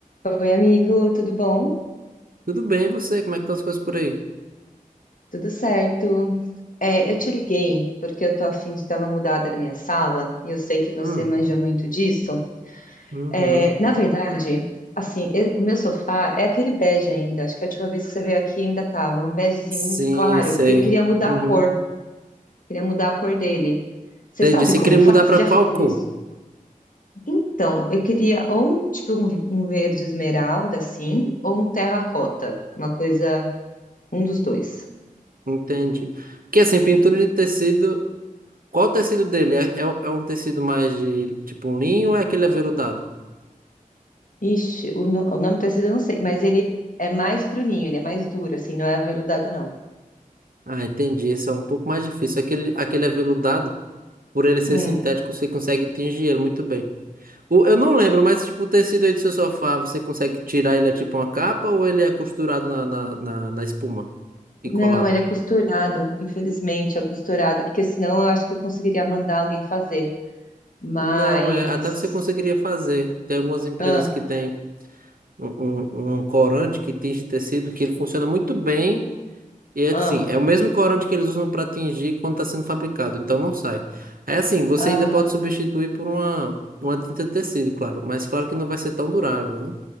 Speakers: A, on the left; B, on the right.
A: Oi, amigo, tudo bom?
B: Tudo bem, e você? Como é que estão as coisas por aí?
A: Tudo certo? É, eu te liguei porque eu tô a fim de dar uma mudada na minha sala e eu sei que você
B: Hum,
A: manja muito disso.
B: uhum.
A: É, na verdade, assim, eu- o meu sofá é aquele bege ainda. Acho que a última vez que você veio aqui ainda tava um begezinho
B: Sim,
A: muito claro
B: sei.
A: e eu queria mudar
B: Uhum.
A: a cor, queria mudar a cor dele. Você
B: Entendi.
A: sabe
B: Você
A: como
B: queria
A: faz?
B: mudar para
A: Você já
B: qual
A: fez
B: cor?
A: isso? Então, eu queria ou um, tipo um, um verde esmeralda assim, ou um terracota, uma coisa, um dos dois.
B: Entendi. Porque assim, pintura de tecido, qual o tecido dele? É, é, um é um tecido mais de tipo um linho ou é aquele aveludado?
A: Ixi, o, no- o nome do tecido eu não sei, mas ele é mais pro ninho, ele é mais duro, assim, não é aveludado, não.
B: Ah, entendi. Esse é um pouco mais difícil. Aquele, aquele aveludado, por ele ser
A: Hum.
B: sintético, você consegue tingir ele muito bem. O, eu não lembro, mas tipo, o tecido aí do seu sofá, você consegue tirar ele é tipo uma capa ou ele é costurado na, na, na, na espuma e
A: Não,
B: colado?
A: ele é costurado, infelizmente é costurado, porque senão eu acho que eu conseguiria mandar alguém fazer. Mas.
B: Não, é, até você conseguiria fazer. Tem algumas empresas
A: Ah,
B: que têm um, um, um corante que tinge tecido que ele funciona muito bem. E é assim,
A: ah,
B: é o mesmo corante que eles usam para tingir quando está sendo fabricado, então não sai. É assim, você
A: ah.
B: ainda pode substituir por uma, uma tinta de tecido, claro, mas claro que não vai ser tão durável, né?